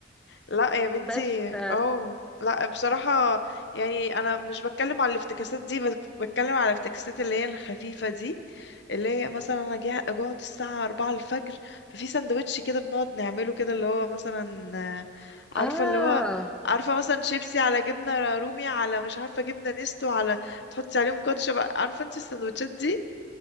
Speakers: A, on the left; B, in the centre.
A: لا يا بنتي
B: بس ف-
A: اهو لا بصراحة يعني انا مش بتكلم على الافتكاسات دي بك- بتكلم على الافتكاسات اللي هي الخفيفة دي اللي هي مثلا انا جه- جوعت الساعة 4 الفجر ففي سندوتش كده بنقعد نعمله كده اللي هو مثلا آه،
B: اه
A: عارفة اللي هو عارفة مثلا شيبسي على جبنة رومي على مش عارفة جبنة نستو على تحطي عليهم كاتشب عارفة انت السندوتشات دي